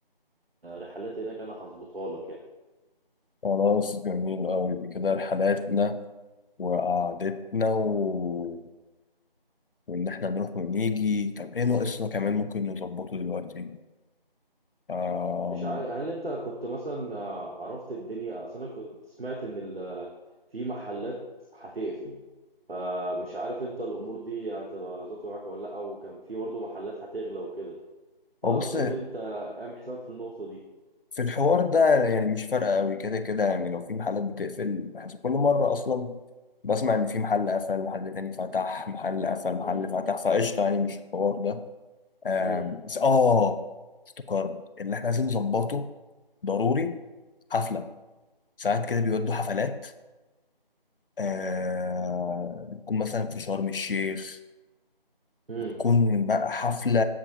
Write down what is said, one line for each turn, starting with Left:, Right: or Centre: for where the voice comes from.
Right: رحلات هناك انا هظبطها لك يعني
Left: خلاص جميل أوي دي كده رحلاتنا وقعدتنا و... وإن إحنا نروح ونيجي طب إيه ناقصنا كمان ممكن نظبطه دلوقتي؟ آم،
Right: مش عارف هل انت كنت مثلا آه، عرفت الدنيا اصل انا كنت سمعت ان ال... في محلات هتقفل فمش عارف انت الامور دي هتبقى ظابطه معاك ولا لا وكان في برضه محلات هتغلى وكده فاظن
Left: هو بص
Right: انت اعمل حسابك في النقطه دي
Left: في الحوار ده يعني مش فارقة أوي كده كده يعني لو في محلات بتقفل بحس كل مرة أصلا بسمع إن في محل قفل محل تاني فتح محل قفل محل
Right: امم
Left: فتح فقشطة يعني مش الحوار ده آم،
Right: امم
Left: بس اه افتكرت اللي احنا عايزين نظبطه ضروري حفله ساعات كده بيودوا حفلات آه بتكون مثلا في شرم الشيخ
Right: امم
Left: تكون بقى حفله